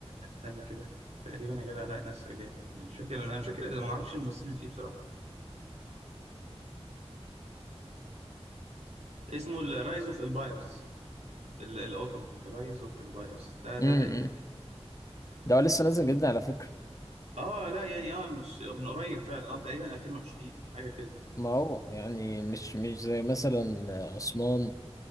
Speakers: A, on the right; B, on the left.
A: استنى كده تقريبا يا جدع لا ناس اجانب انا مش فاكر انا مش فاكر اذا ما اعرفش الممثلين اللي فيه بصراحه اسمه الرايز اوف امبايرز الأوتومان رايز أوف إمبايرز ده ده
B: امم
A: هيكيفك
B: ده هو لسه نازل جدا على فكره
A: آه لا يعني آه مش من قريب فعلا آه تقريبا 2020 حاجة كده
B: ما هو يعني مش مش زي مثلا آه، عثمان